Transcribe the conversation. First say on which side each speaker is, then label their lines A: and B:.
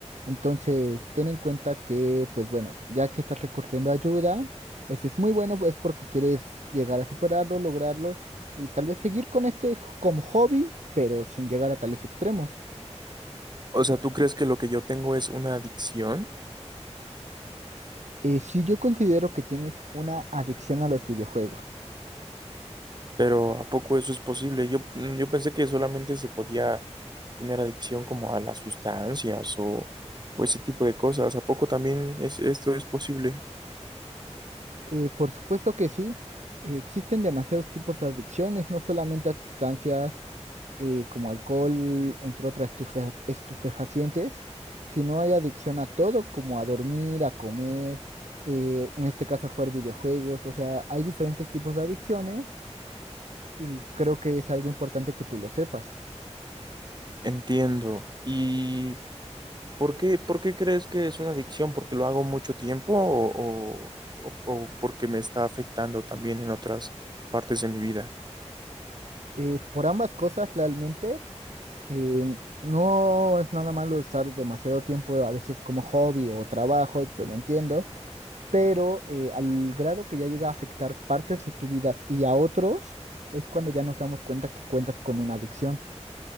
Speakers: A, on the right; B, on the right.
A: Entonces, ten en cuenta que, pues bueno, ya que estás recurriendo a ayuda, eso es muy bueno, pues porque quieres llegar a superarlo, lograrlo y tal vez seguir con este jo- como hobby, pero sin llegar a tales extremos.
B: O sea, ¿tú crees que lo que yo tengo es una adicción?
A: Eh, sí, yo considero que tienes una adicción a los videojuegos.
B: Pero ¿a poco eso es posible? Yo, mm, yo pensé que solamente se podía tener adicción como a las sustancias o, o ese tipo de cosas. ¿A poco también es, esto es posible?
A: Eh, por supuesto que sí, eh, existen demasiados tipos de adicciones, no solamente a sustancias eh, como alcohol, entre otras estufe- estupefacientes, sino hay adicción a todo, como a dormir, a comer, eh, en este caso a jugar videojuegos, o sea, hay diferentes tipos de adicciones y creo que es algo importante que tú lo sepas.
B: Entiendo. Y... ¿Por qué, por qué crees que es una adicción? ¿Porque lo hago mucho tiempo o, o- o- o porque me está afectando también en otras partes de mi vida?
A: Eh, por ambas cosas, realmente, eh, no es nada malo estar demasiado tiempo a veces como hobby o trabajo, yo lo entiendo pero eh, al grado que ya llega a afectar partes de tu vida y a otros, es cuando ya nos damos cuenta que cuentas con una adicción.